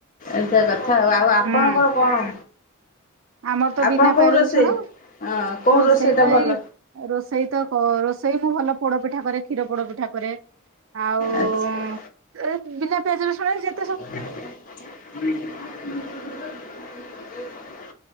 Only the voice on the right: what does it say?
ହୁଁ
ଆମର ତ
ବିନା
ପିଆଜ
ରସୁଣ।
ରୋଷେଇ
ତ
ଏଇ ରୋଷେଇ ତ କ ରୋଷେଇ ମୁଁ ଭଲ ପୋଡ ପିଠା କରେ। କ୍ଷୀର ପୋଡ ପିଠା କରେ ଆଉ ଏ
ବିନା ପିଆଜ ରସୁଣରେ ଯେତି